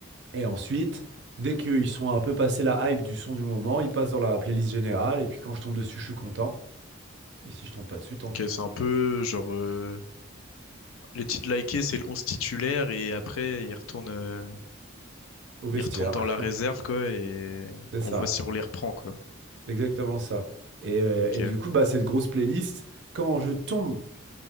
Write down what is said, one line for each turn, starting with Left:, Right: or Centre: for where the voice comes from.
Right: Et ensuite, dès qu'ils sont un peu passés la hype du son du moment, ils passent dans la playlist générale. Et puis quand je tombe dessus, je suis content. Et si je tombe pas dessus, tant
Left: Ok,
Right: pis.
Left: c'est un peu, genre... euh, Les titres likés, c'est le 11 titulaire et après, ils retournent, euh,
Right: Au vestiaire.
Left: ils retournent dans la réserve, quoi, et
Right: <laughs> C'est
Left: on
Right: ça,
Left: voit si on les reprend, quoi.
Right: c'est exactement ça. Et, euh,
Left: Ok,
Right: et du coup, bah, cette grosse playlist, quand je tombe,